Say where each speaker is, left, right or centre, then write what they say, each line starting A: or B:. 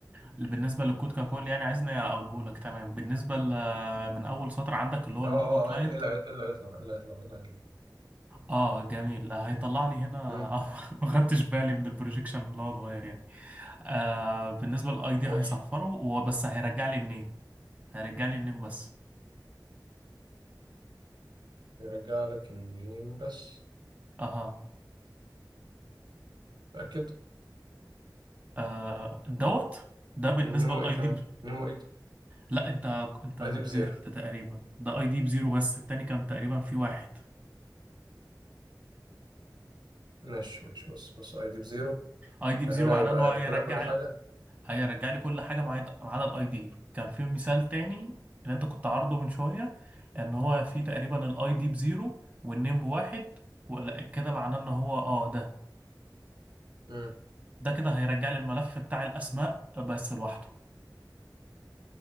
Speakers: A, on the right (about 20°); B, on the right (about 70°).
A: اللي بالنسبة للكود ككل يعني عايزني اقوله لك تمام بالنسبة ل- من اول سطر عندك اللي هو
B: اه
A: المونجو
B: اه
A: كلاينت
B: آه، إيه اللي هي- إيه اللي هيطلع إيه اللي هيطلع إيه اللي هيطلع
A: اه جميل آه، هيطلع لي هنا
B: مم.
A: آه، <laughs> ما خدتش بالي من البروجيكشن اللي هو اتغير يعني آه بالنسبه للاي دي
B: ماشي
A: هيصفره وبس هيرجع لي النيم هيرجع لي النيم بس
B: يرجع لك النيم بس
A: اها
B: تأكد
A: آه دوت ده بالنسبه
B: نيمو
A: للاي
B: ايه كمان
A: دي ب...
B: نيمو ايه
A: لا انت انت
B: اي
A: نزلت
B: دي بزيرو
A: تقريبا ده اي دي بزيرو بس التاني كان تقريبا في واحد
B: ماشي ماشي بص بص اي دي بزيرو
A: اي دي
B: فهنا
A: بزيرو معناه
B: يبقى
A: ان هو هيرجع
B: ياكلها كل حاجة
A: هيرجع لي كل حاجه معايا ما عدا الاي دي كان في مثال تاني اللي انت كنت عارضه من شويه ان هو في تقريبا الاي دي بزيرو والنيم بواحد ولا- كده معناه ان هو اه ده
B: مم.
A: ده كده هيرجع لي الملف بتاع الاسماء بس لوحده